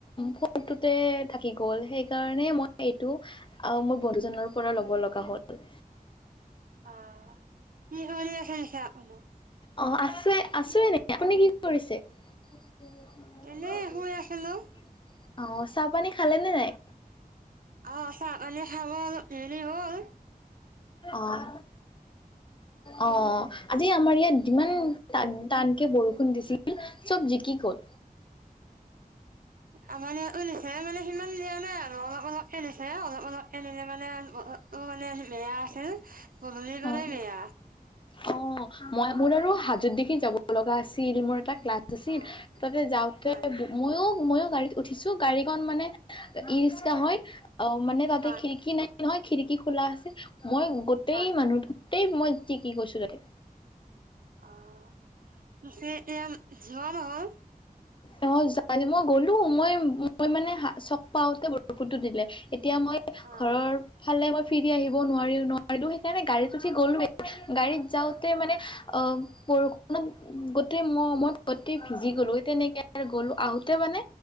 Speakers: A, on the left; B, on the right.
A: ফোনটোতে থাকি গ'ল সেইকাৰণে মই এইটো মোৰ বন্ধুৰ চি নৰ পৰা ল'ব লগা হ'ল।
B: আহ কি <unintelligible>
A: অঁ, আছোঁয়ে, আছোয়ে নেকি? আপুনি কি কৰিছে? <unintelligible>
B: এনেই শুই আছিলো,
A: অ', চাহপানী খালে নে নাই?
B: অ', চাহপানী খালো অলপ দেৰি হ'ল, <unintelligible>
A: অ' অ', আজি আমাৰ ইয়াত যিমান টান টানকে বৰষুণ দিছিল, চব জিকি গ'ল।
B: আমাৰ ইয়াতো দিছে মানে সিমান দিয়া নাই আৰু অলপ অলপকে দিছে অলপ অলপ দিলে মানে অ', বতৰটো মানে বেয়া আছিল। গধূলিৰ
A: অ',
B: পৰাই বেয়া।
A: অ', মই মোৰ আৰু হাজত দেখি যাব লগা আছিল মোৰ এটা ক্লাছ আছিল
B: অ',
A: তাতে যাওঁতে
B: হয়,
A: মইয়ো ময়ো গাড়ীত উঠিছোঁ। খন মানে ই ৰিক্সা হৈ অ', মানে তাতে
B: হয়,
A: খিৰিকি নাই নহয়। খিৰিকী খোলা আছিল। মই গোটেই
B: হয়,
A: মানুহটো টেই মই জিকি তি গৈছো তাতে।
B: অ', <unintelligible>
A: অ', যাই মই গলো মই মই মানে হা চক পাওতে বৰষূণটো দিলে। এতিয়া মই
B: অ',
A: ঘৰৰ ফালে মই ফিৰি আহিব নোৱাৰি নোৱাৰিলো সেইকাৰণে গাড়ীত উঠি গ'লোয়ে গাড়ীত যাওঁতে মানে অ', বৰষুণত গোট ম মই গোতটই ভিজি গ'লো তেনেকে গ'লো আহোতে মানে